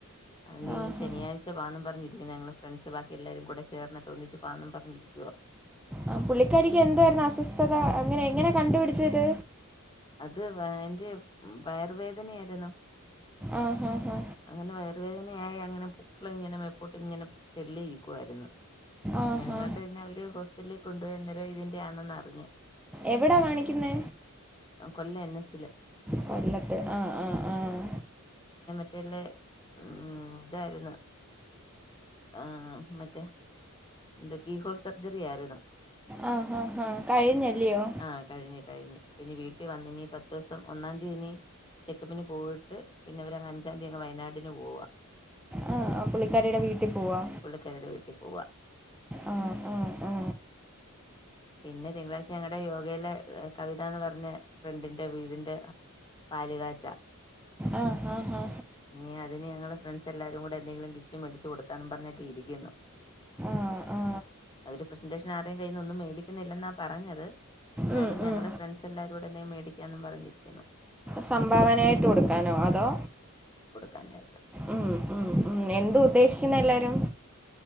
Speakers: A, on the left; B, in the centre.
A: അതിനി
B: ആഹാ.
A: ശനിയാഴ്ച പാന്ന് പറഞ്ഞിരിക്കുന്നു. ഞങ്ങളെ ഫ്രണ്ട്സ് ബാക്കി എല്ലാരും കൂടെ ചേർന്നിട്ട് ഒന്നിച്ച് പാന്ന് പറഞ്ഞിരിക്കുവാ.
B: ആ പുള്ളിക്കാരിക്ക് എന്ത്വായിരുന്നു അസ്വസ്ഥത. അങ്ങനെ എങ്ങനെ കണ്ടുപിടിച്ചിത്.
A: അത് <unintelligible> വയറുവേദനയാരുന്നു.
B: ആഹാ ഹാ
A: അങ്ങനെ വയറ്. വേദനയായ അങ്ങനെ പൊക്ക്ള് ഇങ്ങനെ മേപ്പോട്ടു ഇങ്ങനെ തെള്ളിയിരിക്കുവാരുന്നു.
B: ആഹാ
A: അങ്ങനെങ്ങാണ്ട്ന്നെ അവര് ഹോസ്പിറ്റലേ കൊണ്ടുപോയി അന്നേരം ഇതിന്റെ ആണെന്ന് അറിഞ്ഞേ.
B: എവിടാ കാണിക്കുന്നെ.
A: കൊല്ല എൻസ്സില്
B: കൊല്ലത്ത് ആഹ് ആഹ് ആഹ്
A: മറ്റല്ലെ ഉ ഇതായിരുന്നു ആഹ് മറ്റേ എന്റെ കീഹോൾ സർജറി ആരുന്നു
B: ആ ഹാ ഹാ കഴിഞ്ഞല്ലിയോ
A: ആഹ് കഴിഞ്ഞ് കഴിഞ്ഞ് ഇനി വീട്ടിൽ വന്നിനി പത്ത് ദിവസം ഒന്നാം തീയതി ഇനി ചെക്കപ്പിന് പോയിട്ട് പിന്നവരങ്ങ് അഞ്ചാം തീയതി അങ്ങ് വയനാടിന് പോവാ
B: ആ ആ, പുള്ളിക്കാരിയുടെ വീട്ടിൽ പോവാ
A: പുള്ളിക്കാരീടെ വീട്ടിൽ പോവ്വാ
B: ആ ആ ആ
A: പിന്നെ തിങ്കളാഴ്ച ഞങ്ങളുടെ യോഗയിലെ കവിത എന്ന് പറഞ്ഞ ഫ്രണ്ടിന്റെ വീടിറെ പാലുകാച്ച
B: ആ ആ ആ
A: ഇനി അതിന് ഞങ്ങള് ഫ്രണ്ട്സ് എല്ലാരും കൂടെ എന്തെങ്കിലും ഗിഫ്റ്റ് മേടിച്ചു കൊടുക്കാന്ന് പറഞ്ഞൊക്കെ ഇരിക്കുന്നു
B: ആ ആ
A: അവര് പ്രസൻറേഷൻ ആരേും കയ്യിന്ന ഒന്നും മേടിക്കുന്നില്ലെന്നാ പറഞ്ഞത് എന്നാലും
B: ഉം, ഉം.
A: ഞങ്ങള് ഫ്രണ്ട്സ് എല്ലാവരുംൂടെ എന്തെങ്കും മേടിക്കാെന്നും പറഞ്ഞിരിക്കുന്നു
B: സംഭാവനയായിട്ട് കൊടുക്കാനോ അതോ
A: തന്നെക്
B: ഉം ഉം ഉം എന്ത് ഉദ്ദേശിക്കുന്ന എല്ലാരും